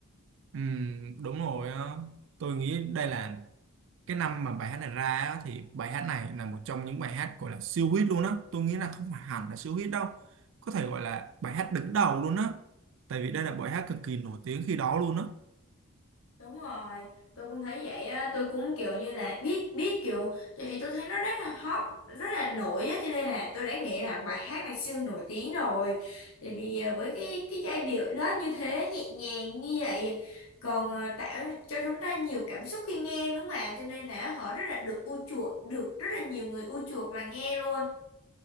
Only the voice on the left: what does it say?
Đúng rồi, tôi cũng thấy vậy á, tôi cũng kiểu như là biết biết kiểu tại vì tôi thấy nó rất là hot, rất là nổi á cho nên là tôi đã nghĩ là bài hát này siêu nổi tiếng rồi. Tại vì à, với cái cái giai điệu đó như thế nhẹ nhàng như vậy còn à, tạo cho chúng ta nhiều cảm xúc khi nghe đúng không ạ? Cho nên là họ rất là được ưa chuộng, được rất là nhiều người ưa chuộng và nghe luôn.